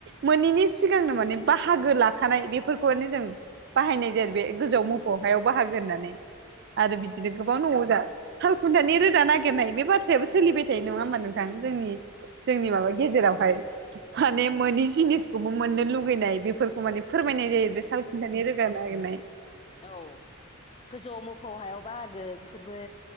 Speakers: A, on the right; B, on the left.
A: मोनैनि सिगांनो माने बाहागो ला खानाय बेफोरखौनो जों बाहायनाय जायो बे गोजौ मोफौ हायाव बाहागो होननानै। आरो बिदिनो गोबां न'आव जा सालखुन्थानि रोदा नागिरनाय बे बाथ्रायाबो सोलिबाय थायो नङा होनबा नों थां जोंनि जोंनि माबा गेजेरावहाय माने मोनि जिनिस खौबो मोननो लुगैनाय बेफोरखौ माने फोरमायनाय जायो बे साल खुनथानि रोदा नागिरनाय
B: औ गोजौआव मोफौ हायाव बाहागो बेफोरबो